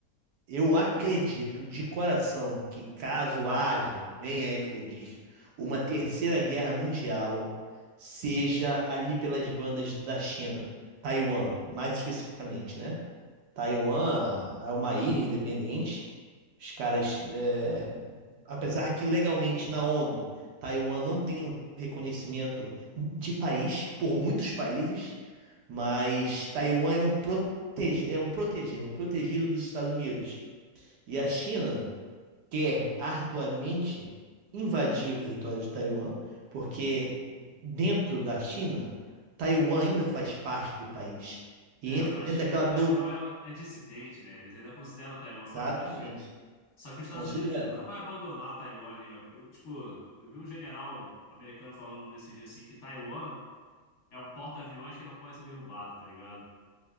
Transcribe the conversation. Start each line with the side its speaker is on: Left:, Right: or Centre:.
Right: eu acredito de coração que caso haja, venha a eclodir, uma terceira guerra mundial, seja ali pelas bandas da China, Taiwan, mais especificamente, né? Taiwan
Left: Aham.
Right: é uma ilha independente. Os caras, é, apesar que legalmente na ONU, Taiwan não tem um reconhecimento de país por muitos países, mas Taiwan é um protege, é um protege, é um protegido dos Estados Unidos. E a China quer arduamente invadir o território de Taiwan, porque dentro da China, Taiwan ainda faz parte do país e
Left: É,
Right: entra
Left: para a
Right: dentro
Left: China,
Right: daquela dou-
Left: Taiwan é, é dissidente, né? Eles ainda consideram Taiwan
Right: Exatamente.
Left: parte da China. Só que os Estados
Right: Considerando.
Left: Unidos nunca vai abandonar Taiwan ali. né? Tipo, eu vi um general americano falando desse dia assim que Taiwan. É um porta-aviões que não pode ser derrubado, tá ligado?